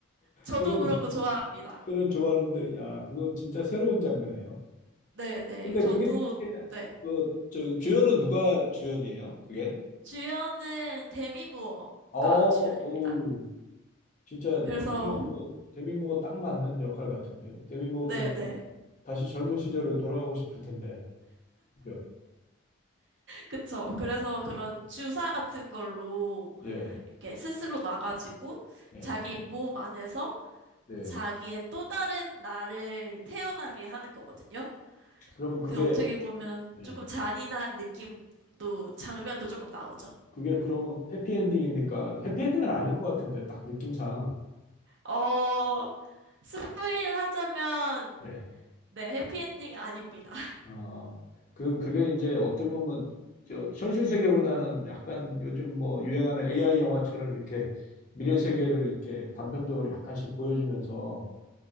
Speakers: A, on the right (about 55°); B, on the left (about 35°).
A: 저도
B: 그런
A: 그런 거 좋아합니다.
B: 그런 좋아하는데 야 그거 진짜 새로운 장르네요.
A: 네네.
B: 근데
A: 저도,
B: 그게 이렇게
A: 네.
B: 그 저 주연은 누가 주연이에요? 그게?
A: 주연은 데미 무어가
B: 어,
A: 주연입니다.
B: 오. 진짜
A: 그래서,
B: 데미모어 데미모어 딱 맞는 역할 같은데요. 데미모어도
A: 네네.
B: 이제 다시 젊은 시절로 돌아가고 싶을 텐데, 그죠?
A: 그쵸. 그래서 그런 주사 같은 걸로
B: 예,
A: 이렇게 스스로 놔가지고
B: 예,
A: 자기 몸 안에서
B: 네.
A: 자기의 또 다른 나를 태어나게 하는 거거든요.
B: 그러면
A: 그
B: 그게
A: 어떻게 보면
B: 예.
A: 조금 잔인한 느낌도, 장면도 조금 나오죠.
B: 그게 그럼 해피엔딩입니까? 해피엔딩은 아닐 것 같은데 딱 느낌상
A: 어, 스포일을 하자면,
B: 예,
A: 네, 해피엔딩 아닙니다. <laughs>
B: 어, 그 그게 이제 어떻게 보면 저 현실 세계보다는 약간 요즘 뭐 유행하는 AI 영화처럼 이렇게 미래 세계를 이렇게 단편적으로 약간씩 보여주면서